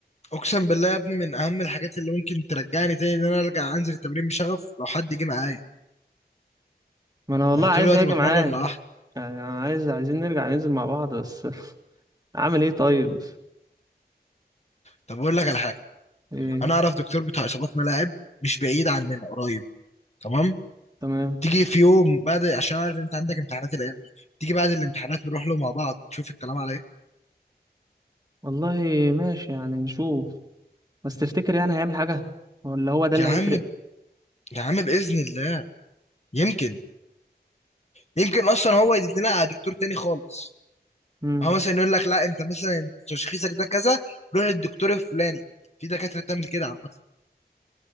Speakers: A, on the left (about 40°); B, on the right (about 20°).
A: اقسم بالله يا ابني من اهم الحاجات اللي ممكن ترجعني تاني ان انا ارجع انزل التمرين بشغف لو حد جه معايا
B: ما انا والله
A: انا
B: عايز
A: طول الوقت
B: اجي
A: بتمرن
B: معاك
A: لوحدي
B: يعني انا عايز عايزين نرجع ننزل مع بعض بس اعمل ايه طيب
A: طب اقول لك على حاجه
B: ايه
A: انا اعرف دكتور بتاع اصابات ملاعب مش بعيد عننا قريب تمام
B: تمام
A: تيجي في يوم بعد عشان عارف ان انت عندك امتحانات الايام دي تيجي بعد الامتحانات نروح له مع بعض نشوف الكلام على ايه
B: والله ماشي يعني نشوف بس تفتكر يعني هيعمل حاجة ولا هو ده اللي
A: يا عم
B: هيفرق
A: يا عم باذن الله يمكن يمكن اصلا هو يدلنا لنا على دكتور تاني خالص
B: امم
A: هو مثلا يقول لك لا انت مثلا انت تشخيصك ده كذا روح للدكتور الفلاني في دكاتره بتعمل كده عامه